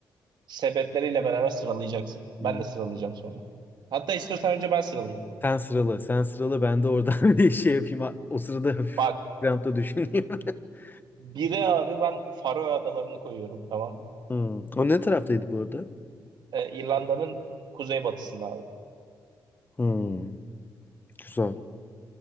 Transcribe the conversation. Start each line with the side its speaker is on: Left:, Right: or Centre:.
Right: sebepleriyle beraber sıralayacaksın.
Left: Hmm.
Right: Ben de sıralayacağım sonra. Hatta istiyorsan önce ben sıralayayım.
Left: Sen sıralı, sen sıralı ben de oradan <laughs> bir şey yapayım. O sırada hafif
Right: Bak
Left: grantta düşüneyim. <laughs>
Right: biri abi ben Faroe Adalarını koyuyorum tamam mı?
Left: Hmm. O ne taraftaydı bu arada?
Right: Eee, İrlanda'nın kuzeybatısında abi.
Left: Hmm. Güzel.